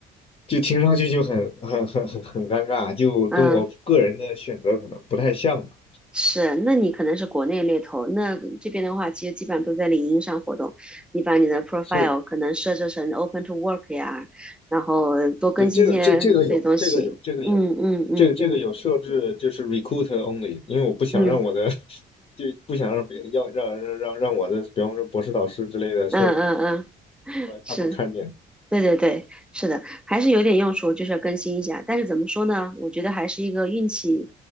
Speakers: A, on the left; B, in the centre.
A: 就听上去就很很很很很尴尬，就跟我个人的选择可能不太像吧。
B: 嗯，是，那你可能是国内猎头，那这边的话，其实基本上都在领英上活动。你把你的 profile
A: 是，
B: 可能设置成 open to work 呀，然后多更新些这些东西。
A: 对，这个这这个有，这个有，这个有，
B: 嗯嗯嗯嗯
A: 这个这个有设置就是 r e c r u i t only，因为我不想让我的
B: 嗯
A: <laughs> 就不想让别要让让让让我的，比方说博士导师之类的说
B: 嗯嗯嗯，<laughs> 是。
A: 他们看见，
B: 对对对，是的，还是有点用处，就是要更新一下。但是怎么说呢？我觉得还是一个运气